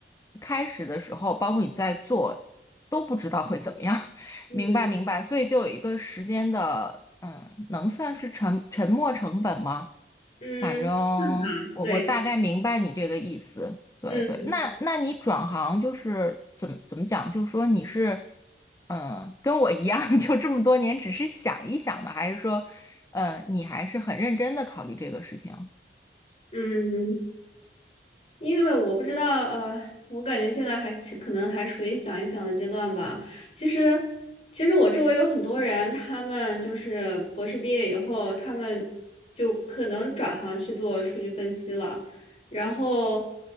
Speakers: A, on the left (about 15°); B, on the left (about 35°).
A: 开始的时候，包括你在做，都不知道会怎么样，<laughs>
B: 嗯
A: 明白明白，所以就有一个时间的，嗯，能算是沉沉没成本吗？
B: 嗯，
A: 反正
B: 嗯，
A: 我我大概明白你这个意思，
B: 对，
A: 对对。
B: 嗯
A: 那那你转行就是怎么怎么讲？就是说你是，嗯，跟我一样，<laughs> 就这么多年只是想一想的，还是说，呃，你还是很认真的考虑这个事情？
B: 嗯。因为我不知道，呃，我感觉现在还其可能还属于想一想的阶段吧。其实，其实我周围有很多人，他们就是博士毕业以后，他们就可能转行去做数据分析了。然后，